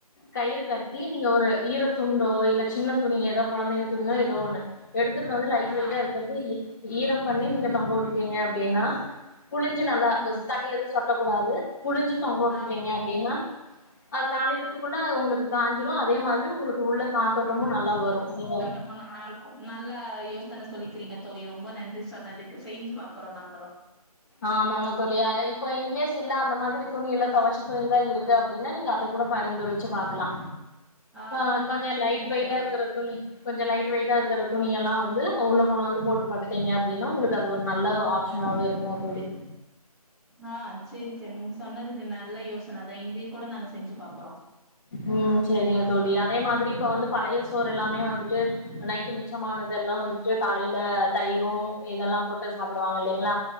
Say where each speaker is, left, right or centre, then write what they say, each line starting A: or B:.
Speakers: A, on the left; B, in the centre.
A: கயிறு கட்டி நீங்க ஒரு ஈர துண்டோ இல்ல சின்ன துணி ஏதோ கொழந்தைங்க துணியோ ஏதோ ஒண்ணு எடுத்துட்டு வந்து லைட்
B: ஆ ஆ
A: வெயிட்டா இருக்கறத ஈ ஈரம் பண்ணி நீங்க தொங்க உட்டுட்டீங்க அப்டினா புழிஞ்சு நல்லா
B: ஓஹோ
A: அஸ் தண்ணி எதுவு சொட்ட கூடாது புழிஞ்சு தொங்க வுட்டுட்டீங்க
B: ஆமாங்க
A: அப்டினா அது காலேலத்துக்குள்ள அது உங்களுக்கு காஞ்சிரு அதே மாதிரி உங்களு உள்ள காத்தோட்டமு நல்லா வரு நீங்க
B: <unintelligible> நல்ல யோசன சொல்லிக்கிறீங்க தோழி ரொம்ப நன்றி சொன்னதுக்கு சேஞ்சு பாக்குறோ நாங்களு
A: ஆமாங்க தோழி அ இப்ப இன் கேஸ் இல்ல அந்த மாதிரி துணி இல்ல தொவச்ச துணி தா இருக்கு அப்டினா நீங்க அத கூட பரிந்துரைச்சு பாக்கலா
B: ஆ
A: அ கொஞ்சோ
B: சரிங்க
A: லைட் வெயிட்டா
B: தோழி
A: இருக்ற துணி கொஞ்சோ லைட் வெயிட்டா இருக்கற துணியெல்லா வந்து உள்ள கொணந்து போட்டு படுத்தீங்க அப்டினா உங்களுக்கு அது ஒரு நல்ல ஆப் ஷனாவே இருக்கூ தோழி
B: ஆ சேரி சேரி நீங்க சொன்னதுக்கு நல்ல யோசன தா இன்னிக் கூட நாங்க செஞ்சு பாக்குறோ
A: ம் சேரிங்க தோழி அதே மாதிரி இப்ப வந்து பழய சோறு எல்லாமே வந்துட்டு நை மி ச்சமானதெல்லா வந்துட்டு காலைல தயிரு இதெல்லா போட்டு சாப்டுவாங்க இல்லைங்களா